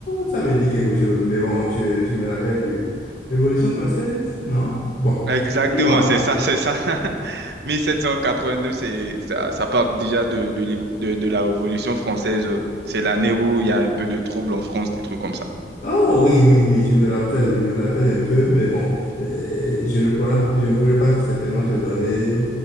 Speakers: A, on the left; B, on the right.
A: ça me dit quelque chose, mais bon, je ne me rappelle plus. Révolution française? Non? Bon,
B: Exactement,
A: dis-moi.
B: c'est ça, c'est ça. <laughs> 1789, c'est, ça, ça parle déjà de, de, l'évo- de- de la Révolution française. C'est l'année où il y a un peu de troubles en France, des trucs comme ça.
A: Oh oui, oui, oui, je me rappelle, je me rappelle un peu, mais bon, euh, je ne pourrais, je ne pourrais pas certainement te donner